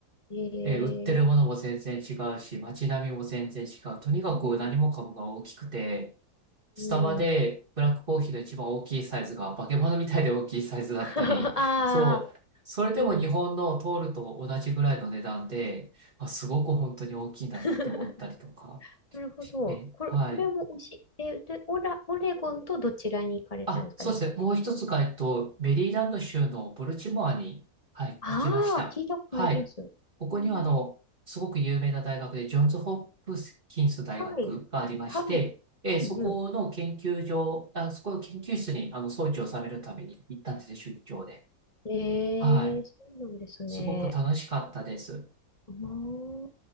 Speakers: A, on the left (about 25°); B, on the right (about 35°).
A: えー、
B: えー売ってるものも全然違うし、街並みも全然違う。とにかく何もかもが大きくて、
A: うん
B: スタバでブラックコーヒーの一番大きいサイズが化け物みたいで大きいサイズだったり、
A: うん。<laughs> ああ、
B: そう、それでも日本の通ると同じぐらいの値段で、
A: うん。
B: まあ、すごく本当に大きいんだなって思ったりとか。
A: <laughs> なるほど。
B: え、
A: これ、
B: はい。
A: これも美味しい。え、で、オラ、オレゴンとどちらに行かれたんですか、
B: あ、そうですね。
A: 2回目。
B: もう一つが、えっと、メリーランド州のボルチモアに、はい、
A: ああ、
B: 行きました。
A: 聞いたことあります。
B: はい。
A: うん
B: ここには、あの、すごく有名な大学で、ジョンズ・ホップキンス大学がありまして、
A: はい。はい。
B: えー、
A: うんうん。
B: そこの研究所、あ、そこの研究室に、あの、装置を収めるために行ったんですね、出張で。
A: ええそうなんですね。
B: はい。すごく楽しかったです。
A: あー